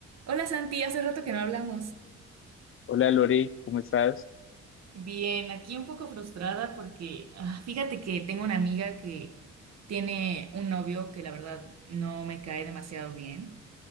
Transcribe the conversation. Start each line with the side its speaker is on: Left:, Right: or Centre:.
Right: Hola Santi, hace rato que no hablamos.
Left: Hola Lore, ¿cómo estás?
Right: Bien, aquí un poco frustrada porque ah, fíjate que tengo una amiga que tiene un novio que la verdad no me cae demasiado bien